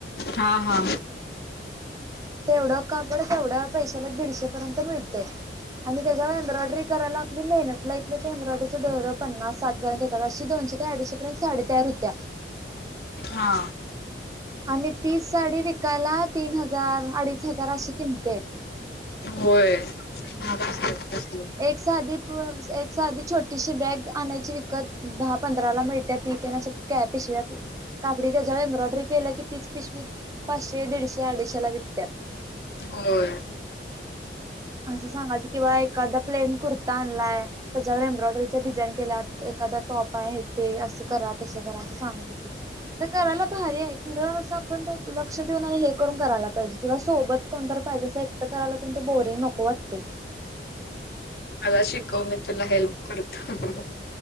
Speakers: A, on the left (about 60°); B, on the right (about 20°).
A: हा हा
B: तेवढं कापड तेवढ्या पैशाला दीडशे पर्यंत मिळतेय. आणि त्याच्यावर एम्ब्रॉयडरी करायला आपली मेहनत ला इथलं ते एम्ब्रॉयडरीचं दोर पन्नास साठ पर्यंत येतात अशी दोन शे ते अडीचशे पर्यंत साडी तयार होतेया.
A: हा
B: आणि ती साडी विकायला तीन हजार अडीच हजार अशी किमती हाईत.
A: होय महाग असत्यात त्या.
B: एक साधी एक साधी छोटीशी बॅग आणायची विकत दहा पंधरा ला मिळते ती तेन अशी कॅप <unintelligible> कापडी त्याच्यावर एम्ब्रॉयडरी केल्या की तीच पिशवी पाचशे दीडशे अडीशे ला विकत्यात
A: होय.
B: असं सांगाती कि बा एखादा प्लेन कुर्ता आणलाय त्याच्यावर एम्ब्रॉयडरीच्या डिझाईन केल्यात एकदा टॉप आहे ते असं करा तसं करा असं सांगत होती. करायला भारी आहे खरं अस आपण लक्ष देऊन आणि हे करून करायला पाहिजे किंवा सोबत कोणतर पाहिजे एकट करायला ते न ते बोरिंग नको वाटतेय.
A: मला शिकव मी तुला हेल्प करतो.